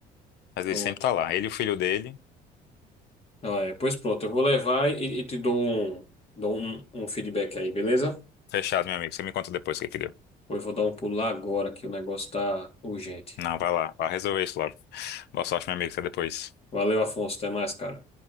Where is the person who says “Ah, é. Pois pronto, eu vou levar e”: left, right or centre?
Left